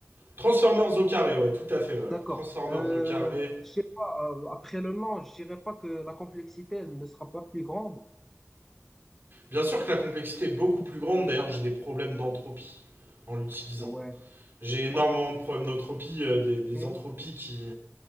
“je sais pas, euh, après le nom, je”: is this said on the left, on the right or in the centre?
Centre